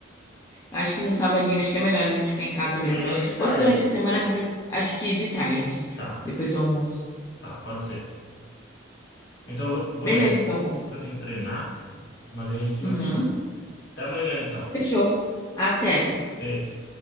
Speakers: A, on the left; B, on the left.
A: Acho que no sabadinho, acho que é melhor a gente ficar em casa mesmo.
B: De manhã
A: Acho
B: ou de
A: que se
B: tarde?
A: fosse durante a semana, a bibli- acho que de tarde,
B: Tá,
A: depois do almoço.
B: tá, pode ser. Então eu vou, vou
A: Beleza,
B: nessa.
A: então. Gu.
B: Eu tenho que treinar, mas daí a gente vai
A: Uhum.
B: conversar. Até amanhã então.
A: Fechou. Até.
B: Beijo.